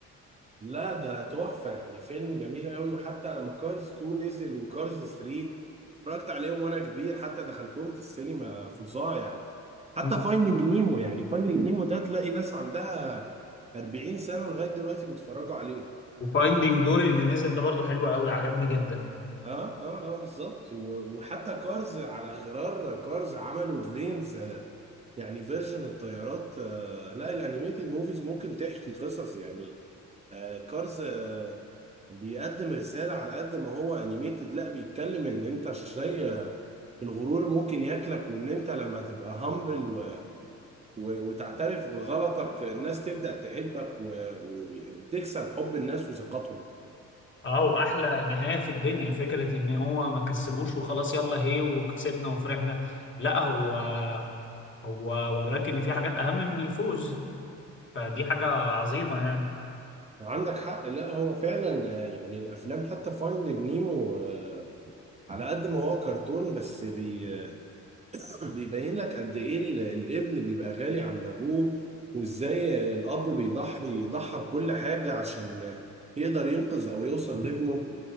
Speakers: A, on the right; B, on the left.
A: لا ده تحفه يعني فيلم جميل قوي وحتى لما كارز 2 نزل وكارز 3 اتفرجت عليهم وانا كبير حتى دخلتهم في السينما فظاع يعني حتى
B: مم.
A: فايندنج نيمو يعني فايندنج نيمو ده تلاقي ناس عندها 40 سنه لغايه دلوقتي بيتفرجوا عليه
B: وفايندينج دوري اللي نزل ده برضه حلو قوي عجبني جدا
A: اه اه اه بالظبط و- وحتى كارز على غرار كارز عملوا بلينز آه، يعني فيرجن الطيارات آه، لا الانيميتد موفيز ممكن تحكي قصص يعني آه، كارز آه، بيقدم رسالة على قد ما هو انيميتد لا بيتكلم ان انت زي آه، الغرور ممكن ياكلك وان انت لما تبقى هامبل و... و... وتعترف بغلطك الناس تبدأ تحبك و... وتكسب حب الناس وثقتهم
B: اه واحلى نهايه في الدنيا فكره ان هو ما كسبوش وخلاص يلا هي وكسبنا وفرحنا لا هو هو وراك ان في حاجات اهم من الفوز فدي حاجه عظيمه يعني
A: عندك حق لا هو فعلا آه، يعني الافلام حتى فايندينج نيمو آه، على قد ما هو كرتون بس بي آه، بيبين لك قد ايه ال- الابن بيبقى غالي عند ابوه وازاي الاب بيضحي يضحي بكل حاجه عشان يقدر ينقذ او يوصل لابنه